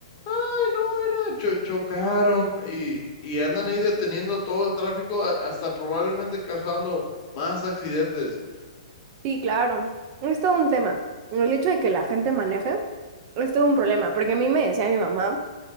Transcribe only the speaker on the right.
sí, claro. Es todo un tema. El hecho de que la gente maneje es todo un problema, porque a mí me decía mi mamá